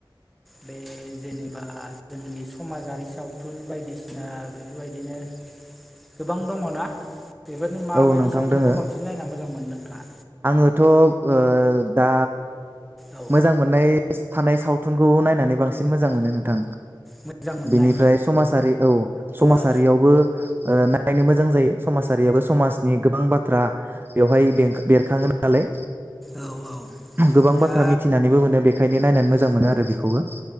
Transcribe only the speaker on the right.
औ नोंथां
दोङो
आङोथ' ओ दा
मोजां मोननाय थानाय सावथुनखौ नायनानै बांसिन मोजां मोनो नोंथां।
बेनिफ्राय समाजारि औ समाजारियावबो
ओ नायनो मोजां जायो समाजारियाबो समाजनि गोबां बाथ्रा बेवहाय बेंख बेरखाङो नालाय।
गोबां
बाथ्रा मिथिनानैबो मोनो बेखायनो नायनानै मोजां मोनो आरो बेखौबो।